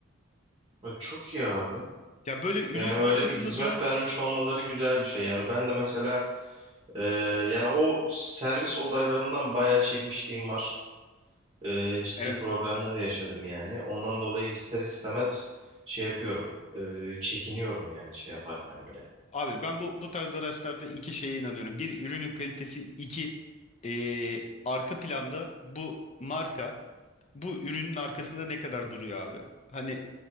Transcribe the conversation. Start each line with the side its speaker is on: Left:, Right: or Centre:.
Right: Ya Çok iyi abi.
Left: Ya böyle ürünün
Right: Yani öyle
Left: arkasında
Right: bir hizmet
Left: duran
Right: vermiş olmaları güzel bir şey. Yani ben de mesela eee, yani o servis olaylarından bayağı çekmişliğim var. e, ciddi
Left: evet.
Right: problemler yaşadım yani. Ondan dolayı ister istemez şey yapıyorum. e, çekiniyorum yani şey yaparken bile.
Left: Abi ben bu bu tarz araçlarda iki şeye inanıyorum. Bir ürünün kalitesi, iki e, arka planda bu marka bu ürünün arkasında ne kadar duruyor abi? Hani